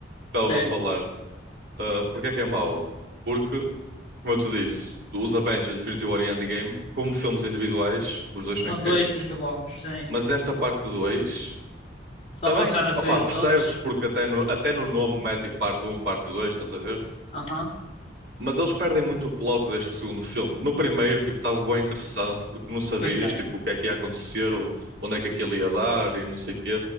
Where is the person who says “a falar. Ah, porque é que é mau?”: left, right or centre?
Right